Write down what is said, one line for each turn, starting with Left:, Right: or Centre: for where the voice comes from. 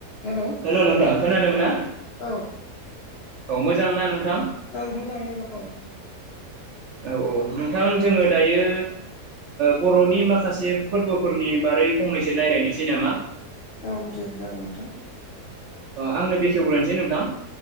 Left: Hello
Right: hello नोंथां खोनादों ना
Left: औ
Right: औ मोजां ना नोंथां?
Left: औ मोजाङैनो दं।
Right: औ औ नोंथां जोङो दायो बर'नि माखासे फोरबोफोरनि बारै फंनैसो रायज्लायनोसै नामा?
Left: औ दे जागोन नोंथां।
Right: आंनो बेखेवग्रोनोसै नोंथां।